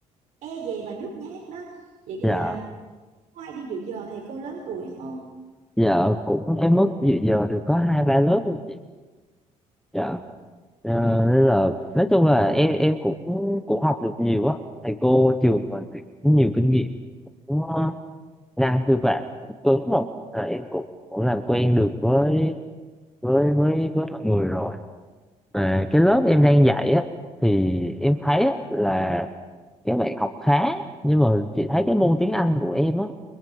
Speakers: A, on the right; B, in the centre.
A: e dè và nhút nhát đó vậy thì
B: Dạ,
A: à, có ai đi dự giờ thầy cô lớn tuổi không
B: giờ cũng em mất dự giờ được có hai ba lớp thôi chị. Dạ. Ờ, nên là nói chung là em em cũng cũng học được nhiều á thầy cô trường mình thì cũng nhiều kinh nghiệm cũng ờ, năng sư phạm cũng cứng rồi là em cũng cũng làm quen được với với với với mọi người rồi mà cái lớp em đang dạy á thì em thấy á, là các bạn học khá nhưng mà chị thấy cái môn tiếng Anh của em á